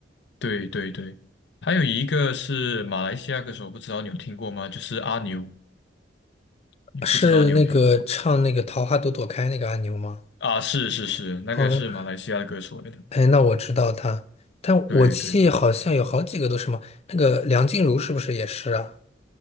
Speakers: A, on the left; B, on the left.
A: 对对对，还有一个是马来西亚歌手，不知道你有听过吗？就是阿牛，你不知道你有听过吗？
B: 是那个唱那个《桃花朵朵开》那个阿牛吗？
A: 啊？是是是，那个是马来西亚的歌手来的，
B: 嗯。哎，那我知道他，但我记好像有好几个都是嘛。
A: 对对。
B: 那个梁静茹是不是也是啊？